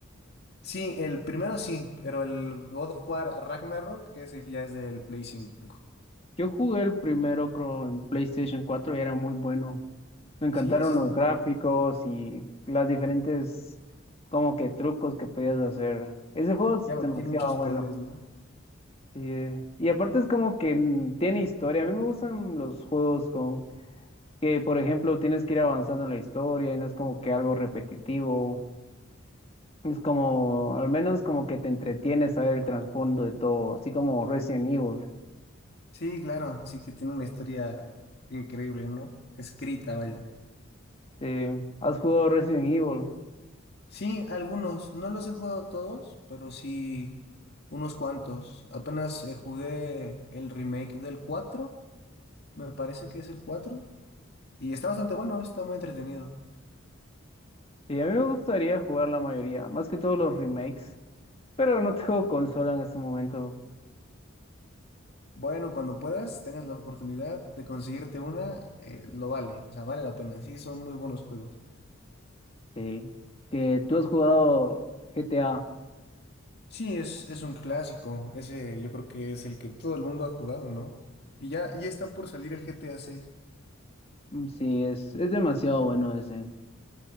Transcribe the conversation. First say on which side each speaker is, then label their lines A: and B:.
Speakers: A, on the left; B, on the left.
A: Sí, el primero sí, pero el God of War Ragnarok, ese ya es del Play 5.
B: Yo jugué el primero, creo, en PlayStation cuatro y era muy bueno. Me encantaron
A: Sí, ese
B: los
A: está
B: gráficos
A: muy bien.
B: y las diferentes como que trucos que podías hacer. Ese juego es
A: Ya
B: demasiado
A: tiene muchos
B: bueno.
A: poderes, ¿no?
B: Sí. Y aparte es como que mm, tiene historia. A mí me gustan los juegos con que, por ejemplo, tienes que ir avanzando en la historia y no es como que algo repetitivo. Es como, al menos como que te entretienes a ver el trasfondo de todo, así como Resident Evil.
A: Sí, claro, sí que tiene una historia increíble, ¿no? Escrita, vaya.
B: Sí. ¿Has jugado Resident Evil?
A: Sí, algunos. No los he jugado todos, pero sí unos cuantos. Apenas eh, jugué el remake del 4. me parece que es el 4 y está bastante bueno, está muy entretenido.
B: Sí, a mí me gustaría jugar la mayoría, más que todos los remakes. Pero no tengo consola en este momento.
A: Bueno, cuando puedas, tengas la oportunidad de conseguirte una, eh, lo vale, o sea, vale la pena. Sí, son muy buenos juegos.
B: Sí. Que tú has jugado GTA.
A: Sí, es, es un clásico. Ese yo creo que es el que todo el mundo ha jugado, ¿no? Y ya, ya está por salir el GTA seis.
B: Mm, Sí, es, es demasiado bueno ese.